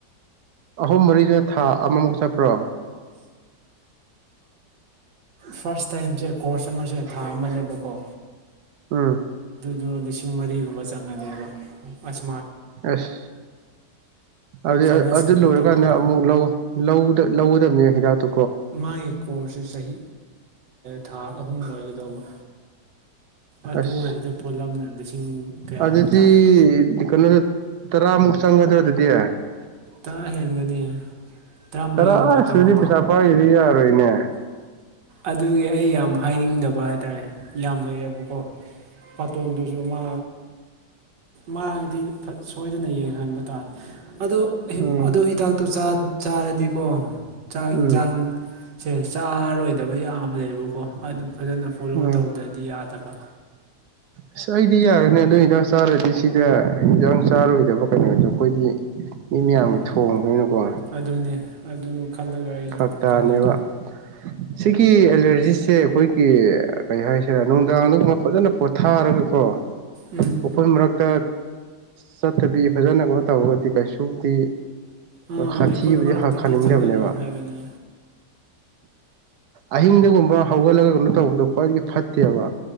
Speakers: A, on the right; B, on the right.
A: ꯑꯍꯨꯝ ꯃꯔꯤꯗꯨꯅ ꯊꯥ ꯑꯃꯃꯨꯛ ꯆꯠꯄ꯭ꯔꯣ
B: ꯐꯁ ꯇꯥꯏꯝ ꯀꯣꯔꯁ ꯑꯃ ꯊꯥ ꯃꯅꯦꯕꯀꯣ
A: ꯑꯥ
B: ꯑꯗ ꯂꯤꯁꯤꯡ ꯃꯔꯤꯒꯨꯝꯕ ꯆꯪꯅꯦꯕ ꯑꯁ
A: ꯑꯁ ꯑꯗꯨꯗꯤ
B: ꯁꯥꯏꯅꯁꯀꯤ
A: ꯑꯗꯨ
B: ꯈꯛꯇ
A: ꯂꯣꯏꯔꯀꯥꯟꯗ
B: ꯑꯣꯏꯔꯗꯤ
A: ꯑꯃꯨꯛ ꯂꯧ ꯂꯧꯗ ꯂꯧꯒꯗꯕꯅꯦ ꯍꯤꯗꯥꯛꯇꯨ
B: ꯃꯥꯒꯤ ꯀꯣꯔꯁꯁꯦ ꯆꯍꯤ ꯊꯥ ꯑꯍꯨꯝ ꯑꯣꯏꯒꯗꯧꯕ ꯑꯗꯨ
A: ꯑꯁ
B: ꯑꯣꯏꯔꯗ ꯄꯣꯠꯂꯝꯅ ꯂꯤꯁꯤꯡ ꯀꯌꯥ
A: ꯑꯗꯨꯗꯤ
B: ꯇꯥꯔꯦ
A: ꯀꯩꯅꯣꯗ ꯇꯔꯥꯃꯨꯛ ꯆꯪꯒꯗ ꯑꯣꯏꯗꯗꯤ
B: ꯇꯔꯥ ꯍꯦꯟꯒꯅꯤ ꯇꯔꯥꯃꯔꯤꯒꯨꯝꯕ
A: ꯇꯔꯥ ꯑꯁ
B: ꯆꯪꯒꯅꯤ
A: ꯑꯗꯨꯗꯤ ꯄꯩꯁꯥ ꯄꯥꯏꯗꯗꯤ ꯌꯥꯔꯣꯏꯅꯦ
B: ꯑꯗꯨꯒꯤ ꯑꯩ ꯌꯥꯝ ꯍꯥꯏꯅꯤꯡꯗꯕ ꯍꯥꯏꯇꯥꯥꯔꯦ ꯌꯥꯝ ꯂꯩꯑꯦꯕꯀꯣ ꯥꯇꯣꯟꯗꯨꯁꯨ ꯃꯥ ꯃꯥꯗꯤ ꯁꯣꯏꯗꯅ ꯌꯦꯡꯍꯟꯕ ꯇꯥꯔꯦ ꯑꯗꯣ
A: ꯎꯝ
B: ꯑꯗꯨ ꯍꯤꯗꯥꯛꯇꯣ ꯆꯥꯔꯗꯤ ꯀꯣ ꯆꯥꯛ
A: ꯎꯝ
B: ꯌꯦꯟꯁꯥꯡꯁꯦ ꯆꯥꯔꯣꯏꯗꯕ ꯌꯥꯝ ꯂꯩꯕꯀꯣ ꯑꯗꯨ ꯐꯖꯅ ꯐꯣꯂꯣ
A: ꯎꯝ
B: ꯇꯧꯗꯗꯤ ꯌꯥꯗꯕ
A: ꯑꯁ ꯑꯩꯗꯤ ꯌꯥꯔꯅꯦ ꯑꯗꯨꯗ ꯍꯤꯗꯥꯛ ꯆꯥꯔꯗꯤ ꯁꯤꯗ ꯍꯤꯟꯖꯥꯡ ꯆꯥꯔꯣꯏꯗꯕ ꯀꯩꯅꯣꯗꯣ ꯑꯩꯈꯣꯏꯗꯤ ꯃꯤ ꯃꯌꯥꯝꯒꯤ
B: ꯎꯝ
A: ꯊꯣꯡꯕꯅꯤꯅꯀꯣ
B: ꯑꯗꯨꯅꯦ ꯑꯗꯨ ꯈꯜꯂꯒ ꯑꯩꯁꯨ
A: ꯐꯛꯇꯅꯤꯕ
B: ꯈꯜꯂꯤꯅꯦ
A: ꯁꯤꯒꯤ ꯑꯦꯂꯔꯖꯤꯁꯦ ꯑꯩꯈꯣꯏꯒꯤ ꯀꯩ ꯍꯥꯏꯁꯤꯔꯥ ꯅꯨꯡꯗꯥꯡꯗꯨꯒꯨꯝꯕ ꯐꯖꯅ ꯄꯣꯊꯥꯔꯒꯀꯣ
B: ꯎꯝ
A: ꯎꯄꯣꯏ ꯃꯔꯛꯇ ꯆꯠꯊꯕꯤ ꯐꯖꯅ ꯀꯩꯅꯣ ꯇꯧꯔꯒꯗꯤ ꯀꯩꯁꯨꯗꯤ
B: ꯑꯥ
A: ꯈꯊꯤꯕꯨꯗꯤ
B: ꯏꯐꯨꯜ ꯃꯔꯛꯇꯗꯤ
A: ꯍꯥ ꯈꯥꯅꯤꯡꯗꯕꯅꯦꯕ
B: ꯆꯠꯂꯅꯨ ꯍꯥꯏꯕꯅꯦ
A: ꯑꯍꯤꯡꯗꯒꯨꯝꯕ ꯍꯧꯒꯠꯂꯒ ꯀꯩꯅꯣ ꯇꯧꯕꯗꯣ ꯈ꯭ꯋꯥꯏꯗꯒꯤ ꯐꯠꯇꯦꯕ